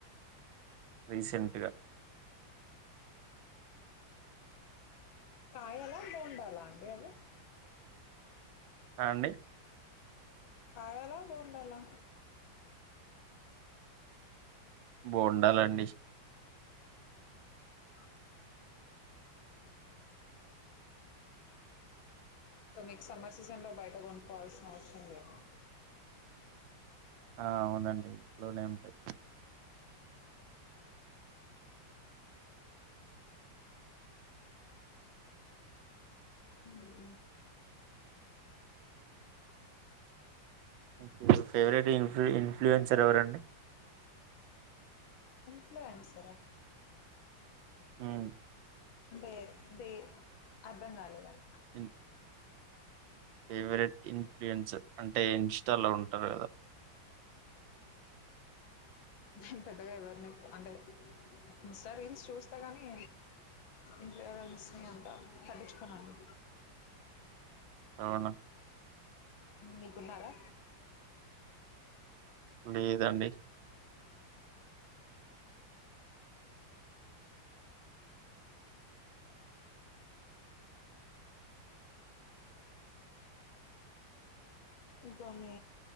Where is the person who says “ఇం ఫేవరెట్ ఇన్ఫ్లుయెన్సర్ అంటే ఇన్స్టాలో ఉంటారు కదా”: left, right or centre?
Right